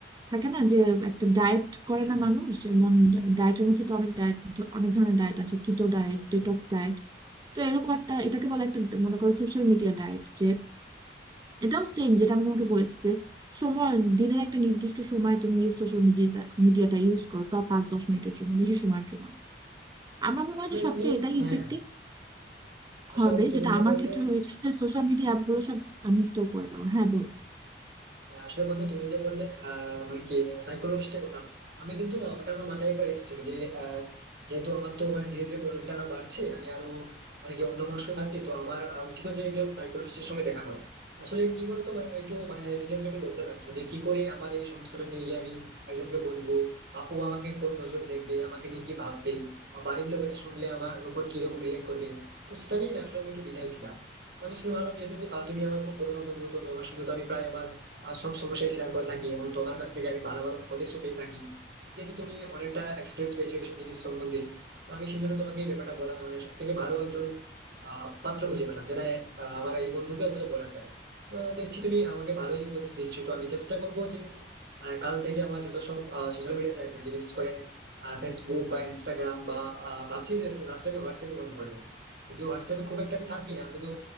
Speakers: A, on the right; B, on the right.
A: থাকে না যে একটা ডায়েট করে
B: হ্যাঁ
A: না মানুষ যেমন ডায়েটের মধ্যে তো অনেক ডায়েট অনেক ধরনের ডায়েট আছে কিটো ডায়েট
B: অবশ্যই।
A: ডিটক্স ডায়েট তো এরকম একটা এটাকে বলে একটা মনে করো সোশ্যাল মিডিয়া ডায়েট যে এটাও সেম যেটা আমি তোমাকে বলেছি যে সময় দিনের একটা নির্দিষ্ট সময় তুমি সোশ্যাল মিডিয়াটা মিডিয়াটা ইউজ করো তাও পাঁচ দশ মিনিটের জন্য বেশি সময়ের জন্য না। আমার মনে
B: আসলে
A: হয় যে সবচেয়ে
B: বন্ধু
A: এটাই
B: হ্যাঁ
A: ইফেক্টিভ
B: আসলে
A: হবে
B: বন্ধু তুমি
A: যেটা
B: যে
A: আমার
B: বললে
A: ক্ষেত্রে হয়েছে যে সোশ্যাল মিডিয়া অ্যাপগুলো সব আনইনস্টল করে দেবো হ্যাঁ বল
B: আহ, আসলে বন্ধু তুমি যে বললে আহ, মানে কি সাইকোলজিস্টের কথা আমি কিন্তু না ওটা আমার মাথায় একবার এসেছিল যে আহ, যেহেতু আমার তো মানে ধীরে ধীরে প্রবলেমটা আরো বাড়ছে আমি আরো মানে কি অন্যমনস্ক থাকছি তো আমার আহ, উচিত হচ্ছে একজন সাইকোলজিস্টের সঙ্গে দেখা করা আসলে কি বলতো মানে একটু মানে নিজেকে একটু লজ্জা লাগছিল যে কি করে আমার এই সমস্যাটা নিয়ে গিয়ে আমি একজনকে বলবো বা ও আমাকে কোন নজরে দেখবে আমাকে নিয়ে কি ভাববে বা বাড়ির লোক এটা শুনলে আমার উপর কিরকম রিয়েক্ট করবে তো সেটা নিয়ে না আসলে আমি একটু দ্বিধায় ছিলাম তো আমি শুনে ভাবলাম যেহেতু আহ, তুমি আমার খুব পুরোনো বন্ধু তো তোমার সঙ্গে তো আমি প্রায় আমার আহ, সব সমস্যায় শেয়ার করে থাকি এবং তোমার কাছ থেকে আমি ভালো ভালো উপদেশও পেয়ে থাকি যেহেতু তুমি অনেকটা এক্সপিরিয়েন্স পেয়েছো এইসব জিনিস সম্বন্ধে তো আমি সেই জন্য তোমাকে এই ব্যাপারটা বলা মানে সব থেকে ভালো একজন আহ, পাত্র খুঁজে পেলাম যেটা আহ, আমার এই বন্ধুকে অন্তত বলা যায় আহ, দেখছি তুমি আমাকে ভালোই উপদেশ দিচ্ছ তো আমি চেষ্টা করবো যে আহ, কাল থেকে আমার যত সব সোশ্যাল মিডিয়া সাইট রয়েছে বিশেষ করে ফেসবুক বা ইনস্টাগ্রাম বা আহ, ভাবছি যে লাস্ট আমি হোয়াটসঅ্যাপে বন্ধ করে দেবো যদিও হোয়াটসঅ্যাপে খুব একটা আমি থাকি না কিন্তু